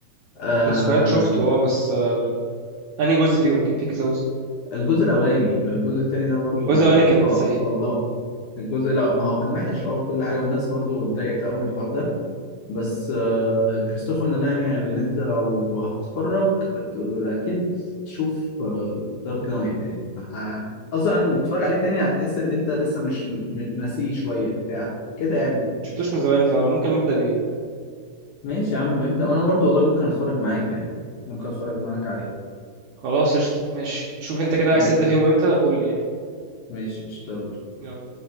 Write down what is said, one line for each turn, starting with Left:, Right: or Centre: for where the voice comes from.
Left: آه
Right: السكواد شفته اه بس آم، انهي جزء فيهم كان في كذا جزء
Left: الجزء الاولاني الجزء التاني ده برضو
Right: الجزء الاولاني كان
Left: اه
Right: سيء
Left: على الله الجزء لا ما هو كان وحش اه وكل حاجه والناس برضو اتضايقت قوي من الحوار ده بس آه، كريستوفر نولان يعني اللي انت لو هتتفرج ت- اكيد تشوف دارك نايت يعني آه، اصلا لما بتتفرج عليه تاني هتحس ان انت لسه مش م- ناسيه شويه بتاع كده يعني
Right: شفتوش من زمان فممكن نبدا بيه
Left: ماشي يا عم ابدا وانا برضو والله ممكن اتفرج معاك يعني ممكن اتفرج معاك عليه
Right: خلاص قشطه ماشي شوف انت كده عايز
Left: ما-
Right: تبدا فيهم امتى بقول لي
Left: ماشي اشتغل
Right: يعني